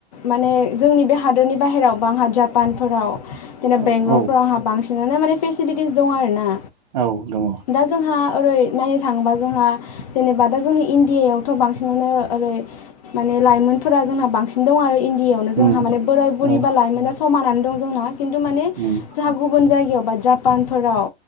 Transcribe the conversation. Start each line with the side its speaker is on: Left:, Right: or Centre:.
Left: माने जोंनि बे हादरनि बाहेरावबा आंहा जापानफोराव। दिनो
Right: औ
Left: बेंगलफोराव
Right: औ
Left: आंहा बांसि बिनिनो माने फेसिलिटिस दं आरो ना।
Right: औ। दङ
Left: दा जोंहा ओरै नायनो थाङोबा जोंहा जेनेबा दा जोंनि इण्डिया यावथ' बांसिनावानो ओरै माने लाइमोनफोरा जोंहा बांसिन दं आरो इण्डिया आवनो जोंहा
Right: उम
Left: माने बोराइ बुरि
Right: औ
Left: बा लाइमोना समानानो दं जोंना किन्तु माने
Right: उम
Left: जोंहा गुबुन जायगायावबा जापानफोराव।